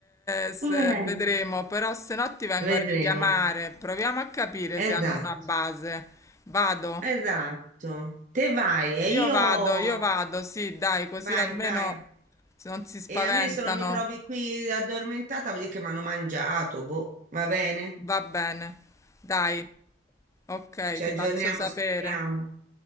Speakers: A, on the left; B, on the right.
A: eh, se-
B: eh,
A: vedremo, però se no ti vengo
B: vedremo,
A: a richiamare, proviamo a capire
B: esatto.
A: se hanno una base. Vado,
B: Esatto, te vai e
A: io
B: io
A: vado, io vado, sì, dai, così
B: vai,
A: almeno
B: vai.
A: se non si spaventano.
B: E a me se non mi trovi qui addormentata, vuol dire che mi hanno mangiato, boh, va bene?
A: Va bene, dai, ok,
B: Ci
A: ti
B: aggiorniamo,
A: faccio sapere.
B: speriamo. <laughs>